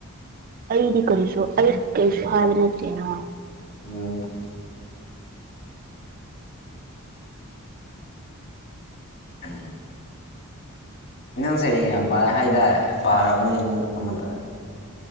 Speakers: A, on the right; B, on the left.
A: ꯑꯩꯗꯤ ꯀꯔꯤꯁ ꯑꯩ ꯀꯩꯁꯣ ꯍꯥꯏꯕ ꯅꯠꯇꯦꯅ
B: ꯎꯝ ꯎꯝ ꯅ ꯅꯪ ꯁꯩꯔꯦꯡ ꯌꯥꯝ ꯄꯥꯔꯦ ꯍꯥꯏꯇꯥꯔꯦ ꯄꯥꯔꯛꯑꯅꯦ ꯑꯃꯇ